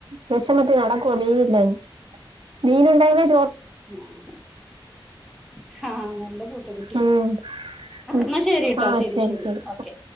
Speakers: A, on the right; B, in the centre.
A: വേഷമത്തി നടക്കുവാ മീനില്ലാഞ്ഞ് മീൻ ഉണ്ടായിനെ
B: ആഹ് <unintelligible> നല്ല പൂച്ചകുട്ടി
A: ഉം ഉം.
B: ന്നാ ശെരി ട്ടോ
A: ആ
B: ശെരി
A: ശരി
B: ശെരി
A: ശരി
B: ഓക്കെ